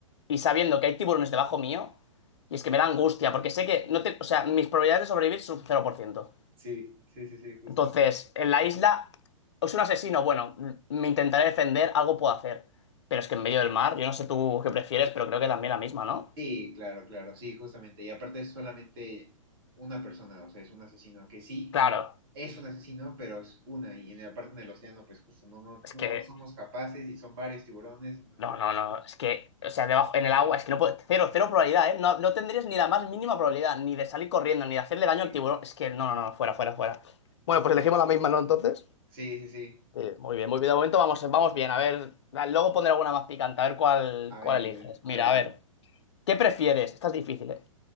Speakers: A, on the left (about 55°); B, on the right (about 45°).
A: y sabiendo que hay tiburones debajo mío, y es que me da angustia, porque sé que no te, o sea, mis probabilidades de sobrevivir son cero por ciento.
B: Sí, sí, sí, sí, justo.
A: Entonces, en la isla, es un asesino, bueno, m- me intentaré defender, algo puedo hacer. Pero es que en medio del mar, yo no sé tú qué prefieres, pero creo que también la misma, ¿no?
B: Sí, claro, claro, sí, justamente. Y aparte es solamente una persona, o sea, es un asesino que sí
A: Claro,
B: es un asesino, pero es una. Y en la parte del océano, pues justo no, no,
A: es
B: no
A: que
B: somos capaces y son varios tiburones, entonces,
A: No, no, no. Es que, o sea, debajo, en el agua, es que no puedo. Cero, cero probabilidad, ¿eh? No, no tendrías ni la más mínima probabilidad, ni de salir corriendo, ni de hacerle daño
B: sí,
A: al tiburón. Es que, no, no, no, no, fuera, fuera, fuera. Bueno,
B: justo.
A: pues elegimos la misma, ¿no? Entonces.
B: Sí, sí, sí.
A: Eh, muy bien, muy bien. De momento vamos, vamos bien. A ver, la- luego pondré alguna más picante, a ver cuál,
B: A ver,
A: cuál
B: a ver,
A: eliges.
B: a
A: Mira,
B: ver, a
A: a
B: ver.
A: ver, ¿qué prefieres? Esta es difícil, ¿eh?